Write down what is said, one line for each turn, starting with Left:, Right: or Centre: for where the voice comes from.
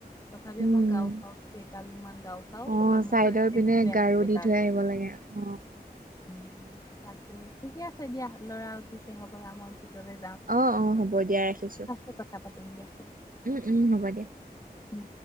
Left: তথাপিও
Right: উম
Left: মই গাও চাওঁ কেইদালমান গাও চাওঁ
Right: অ
Left: সন্মুখতে
Right: চাইদৰ পিনে গাৰো দি
Left: তাৰ
Right: থৈ আহিব লাগে অ
Left: উ তাকে ঠিকে আছে দিয়া ল'ৰা উঠিছে হ'বলা মই ভিতলৈ
Right: অ অ হ'ব দিয়া ৰাখিছোঁ।
Left: পিছত কথা পাতিম দিয়া।
Right: উম উম হ'ব দে।
Left: উম